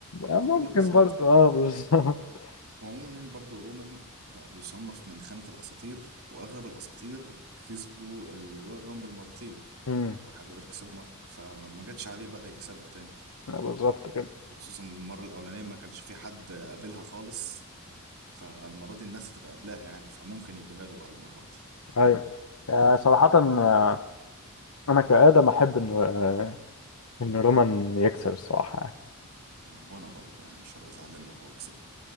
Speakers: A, on the left; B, on the right.
A: آه، ممكن
B: بكل بساطة
A: برضه اه بالظبط
B: وعموما يعني برضه رومان بقى بيصنف من خانة الأساطير وأغلب الأساطير كسبوا الرويال رامبل مرتين
A: أمم،
B: ولحد دلوقتي كسبها مرة فما جاتش عليه بقى يكسبها تاني
A: بالظبط كده
B: وخصوصا المرة الأولانية ما كانش في حد قابلها خالص فالمرة دي الناس هتبقى قابلاها يعني فممكن يدوها له بقى المرة دي
A: ايوه آه، صراحه آه، انا كادم احب ان آه، ان رومان يكسب الصراحه يعني.
B: آه وأنا برضو يعني مش هبقى زعلان لو هو كسبها